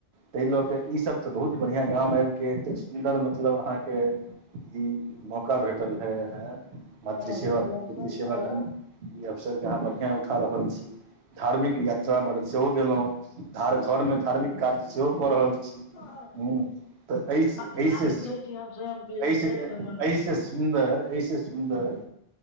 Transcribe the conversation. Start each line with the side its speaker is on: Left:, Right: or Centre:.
Right: तइ लऽ कऽ ईसभ तऽ बहुत बढ़िआं गाम आबिके एत सुन्दर मतलब अहाँके ई मौका भेटल है है मातृ
Left: हँ
Right: सेेवा
Left: ई अवसर
Right: पितृ सेवा
Left: के
Right: करन ई अवसर के अहाँ बढ़िआँ उठा रहल छी धार्मिक यात्रा बर सेहो गलोय धार घर
Left: हँ
Right: मे धार्मिक काज्् सेहो कऽ रहल छी
Left: हँ
Right: ह तऽ एहि
Left: भाग्यशाली
Right: एहिऐसे
Left: बुझै छी हम स्वयं के
Right: एहिस
Left: एहि
Right: एहिऐसे
Left: सम्बन्ध मे
Right: सुन्दर ऐसे सुन्दर